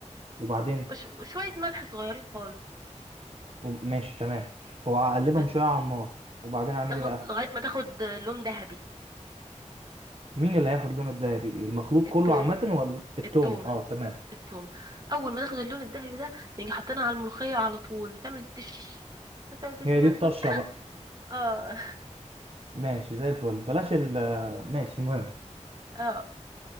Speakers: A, on the right (about 50°); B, on the right (about 30°).
A: وبعدين
B: وش... وشويه ملح صغيرين خالص
A: ماشي تمام وأقلبهم
B: بس
A: شوية على النار وبعدين أعمل
B: تاخد
A: إيه بقى
B: لغايه ما تاخد لون ذهبي
A: مين اللي هياخد لونه الدهبي المخلوط
B: التومه
A: كله عامة ولا التومة
B: التومه
A: اه تمام
B: التومه اول ما تاخد اللون الذهبي ده نيجي حاطينها على الملوخيه على طول تعمل تش تعمل تش
A: هي
B: بقى
A: دي الطشة
B: تقول
A: بقى
B: اه
A: ماشي زي الفل بلاش ال آه، ماشي مهم
B: اه